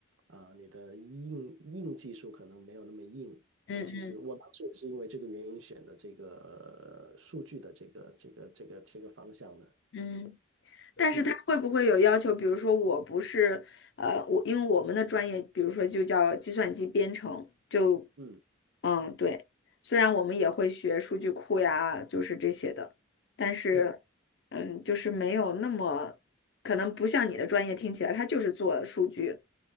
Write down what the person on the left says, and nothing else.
嗯嗯
嗯。但是他会不会有要求？
比如说，我不是，呃，我因为我们的专业，比如说就叫计算机编程，就，
嗯，对，虽然我们也会学数据库呀，就是这些的，但是，
嗯，就是没有那么，可能不像你的专业听起来，他就是做数据、